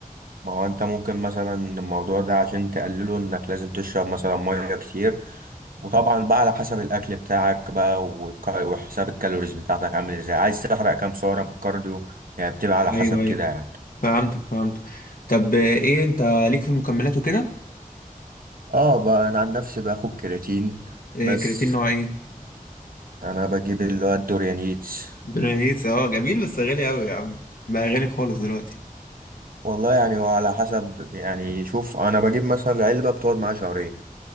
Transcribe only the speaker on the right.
ما هو انت ممكن مثلا الموضوع ده عشان تقلله انك لازم تشرب مثلا ميه كتير وطبعا بقى على حسب الاكل بتاعك بقى والك- وحساب الكالوريز بتاعتك عامل ازاي عايز تحرق كام سعره من الكارديو يعني بتبقى على
حسب
كده يعني
اه بقى انا عن نفسي باخد كرياتين
بس
انا بجيب اللي هو الدوريانيتس
والله يعني وعلى حسب يعني شوف انا بجيب مثلا علبة بتقعد معايا شهرين